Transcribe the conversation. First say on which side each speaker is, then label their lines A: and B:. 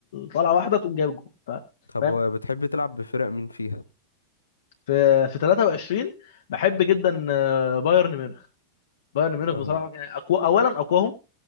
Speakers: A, on the left (about 60°); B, on the left (about 75°).
A: طالعة واحدة تقوم جايب جول ف-
B: طب
A: فاهم
B: هو بتحب تلعب بفرق مين فيها
A: في في 23 بحب جدا آه، بايرن ميونخ بايرن ميونخ
B: اه
A: بصراحه يعني أقوى اولا اقواهم